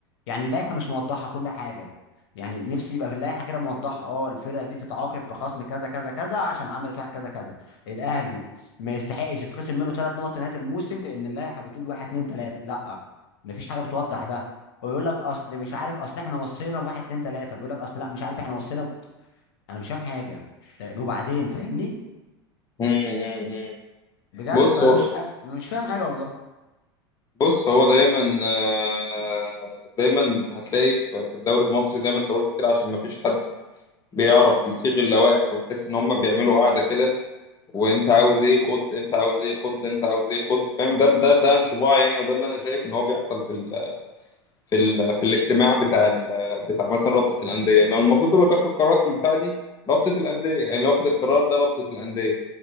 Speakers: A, on the left; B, on the left.
A: يعني اللائحه مش موضحه كل حاجه يعني نفسي يبقى في اللائحه كده موضحه اه الفرقه دي تتعاقب بخصم كذا كذا كذا عشان عملت واحد كذا كذا الاهلي ما يستحقش يتخصم منه ثلاث نقط نهايه الموسم لان اللائحه بتقول واحد اتنين تلاته لا مفيش حاجه بتوضح ده ويقول لك اصل مش عارف اصل احنا وصينا بواحد اتنين تلاته بيقول لك اصل لا مش عارف احنا وصينا ب... انا مش فاهم حاجه طيب، وبعدين فاهمني
B: مم، مم، مم.
A: بجد
B: بص
A: فانا
B: هو
A: مش أنا مش فاهم حاجه والله
B: بص هو دايما آه، دايما هتلاقي في في الدوري المصري زي ما انت قلت كده عشان ما فيش حد بيعرف يصيغ اللوائح وتحس ان هم بيعملوا قاعده كده وانت عاوز ايه خد انت عاوز ايه خد انت عاوز ايه خد فاهم ده ده ده انطباع يعني وده اللي انا شايف ان هو بيحصل في ال في ال في الاجتماع بتاع ال بتاع مثلا رابطه الانديه يعني لو المفروض اللي بياخد قرارات في البتاع دي رابطه الانديه يعني لو واخد القرار ده رابطه الانديه